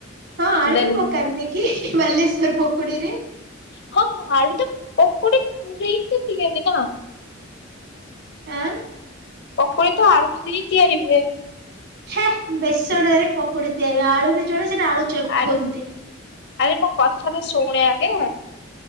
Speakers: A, on the right (about 60°); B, on the left (about 60°).
A: ହଁ ଆଳୁ
B: ଦେନ୍
A: ବି ପକାନ୍ତି କି ବାଲେଶ୍ୱର ପକୁଡିରେ?
B: ହଁ ହଁ ଆଳୁ ତ ପକୁଡ଼ି <inaudible> ତ ନା।
A: ଆଁ
B: ପକୁଡି ତ ଆଳୁରୁ ହିଁ ତିଆରି ହୁଏ।
A: ହେ ବେସଣରେ ପକୁଡି ତିଆରି ହୁଏ ଆଳୁରେ ଯୋଉଟା ସେଟା ଆଳୁ ଚପ୍
B: ଆ
A: କୁହନ୍ତି।
B: ଆରେ ମୋ କଥା ତ ଶୁଣେ ଆଗେ